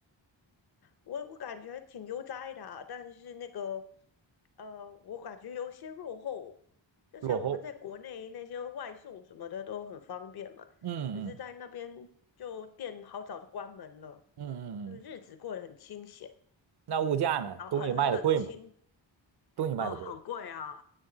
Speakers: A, on the left; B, on the right.
A: 我我感觉挺悠哉的啊，但是那个，呃，我感觉有些落后，就像我们在国内那些外送什么的都很方便嘛，
B: 落后，嗯嗯
A: 可是在那边就店好早就关门了。
B: 嗯嗯嗯，
A: 就是日子过得很清闲，
B: 那物价呢？
A: 对，好很很冷清
B: 东西卖的贵吗？东西卖的贵吗，
A: 哦，很贵啊，